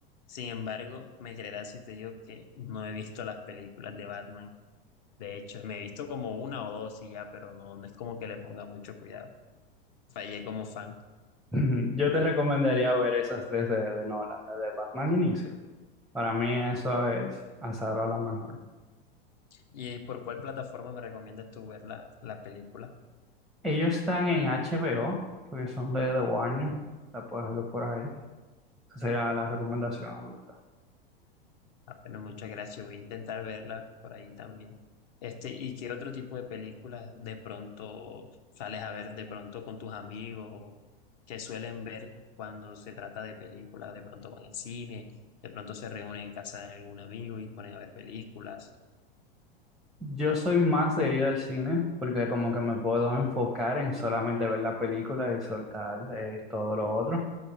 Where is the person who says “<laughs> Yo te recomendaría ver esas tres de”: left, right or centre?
Centre